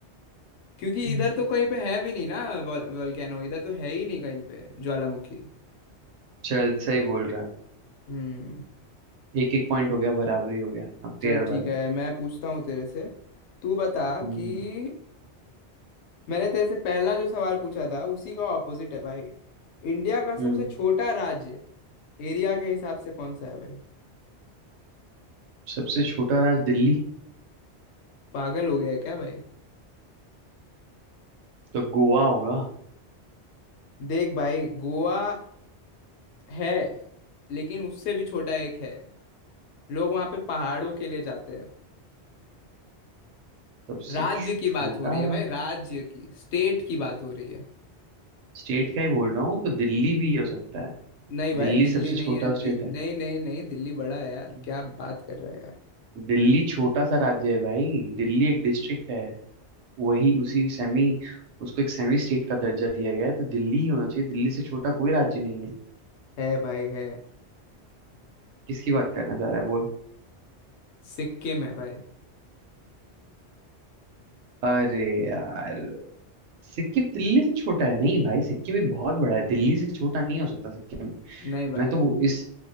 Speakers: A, on the left (about 80°); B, on the right (about 80°).
A: क्योंकि
B: हम्म।
A: इधर तो कहीं पे है भी नहीं ना वोल्केनो इधर तो है ही नहीं कहीं पे ज्वालामुखी
B: चल सही बोल रहा है
A: हम्म
B: एक एक पॉइंट हो गया बराबरी हो गया अब तेरा
A: चल ठीक
B: बारी
A: है मैं पूछता हूँ तेरे से तू बता
B: हम्म
A: कि मैंने तेरे से पहला जो सवाल पूछा था उसी का ऑपोजिट है भाई इंडिया का सबसे
B: हम्म
A: छोटा राज्य एरिया के हिसाब से कौन सा है भाई
B: सबसे छोटा राज्य दिल्ली
A: पागल हो गया है क्या भाई
B: तो गोवा होगा
A: देख भाई गोवा है लेकिन उससे भी छोटा एक है लोग वहां पे पहाड़ों के लिए जाते हैं
B: सबसे
A: राज्य
B: छ-
A: की
B: छोटा
A: बात हो रही है भाई
B: राज्य
A: राज्य की स्टेट की बात हो रही है
B: स्टेट का ही बोल रहा हूँ तो दिल्ली भी हो सकता है
A: नहीं भाई
B: दिल्ली
A: दिल्ली
B: सबसे
A: नहीं
B: छोटा
A: है दि...
B: स्टेट
A: नहीं
B: है
A: नहीं नहीं दिल्ली बड़ा है यार
B: हम्म।
A: क्या बात कर रहा है यार
B: दिल्ली छोटा सा राज्य है भाई दिल्ली एक डिस्ट्रिक्ट है वही उसी सेमी उसको एक सेमी स्टेट का दर्जा दिया गया है तो दिल्ली ही होना चाहिए दिल्ली से छोटा कोई राज्य नहीं है
A: है भाई है
B: किसकी बात करना चाह रहा है बोल
A: सिक्किम है भाई
B: अरे यार सिक्किम दिल्ली से छोटा है नहीं भाई सिक्किम भी बहुत बड़ा है दिल्ली से छोटा नहीं हो सकता सिक्किम
A: नहीं भाई
B: मैं तो वो इस